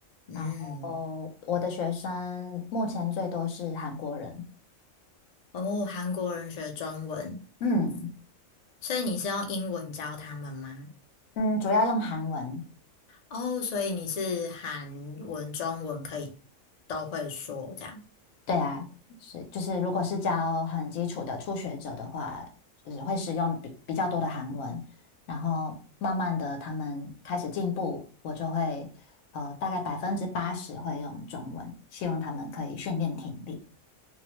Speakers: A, on the left; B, on the left.
A: 嗯。
B: 然后我的学生目前最多是韩国人。
A: 哦，韩国人学中文，
B: 嗯
A: 所以你是用英文教他们吗？
B: 嗯，主要用韩文。
A: 哦，所以你是韩文、中文可以都会说这样
B: 对啊，是就是如果是教很基础的初学者的话，就是会使用比比较多的韩文，然后慢慢的他们开始进步，我就会呃大概百分之八十会用中文，希望他们可以训练听力。